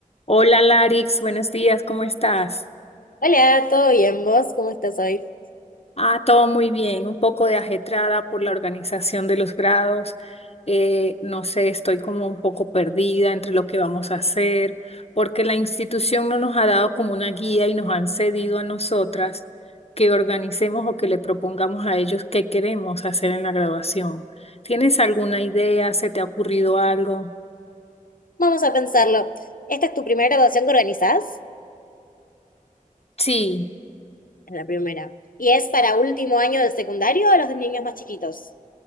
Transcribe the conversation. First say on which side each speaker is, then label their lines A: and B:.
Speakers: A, on the left; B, on the left.
A: Hola Larix, buenos días, ¿cómo estás?
B: Hola, ¿todo bien? ¿Vos cómo estás hoy?
A: Ah, todo muy bien, un poco de ajetrada por la organización de los grados. Eh, no sé, estoy como un poco perdida entre lo que vamos a hacer, porque la institución no nos ha dado como una guía y nos han cedido a nosotras que organicemos o que le propongamos a ellos qué queremos hacer en la graduación. ¿Tienes alguna idea? ¿Se te ha ocurrido algo?
B: Vamos a pensarlo. ¿Esta es tu primera graduación que organizás?
A: Sí,
B: Es la primera. ¿Y es para último año de secundario o los de niños más chiquitos?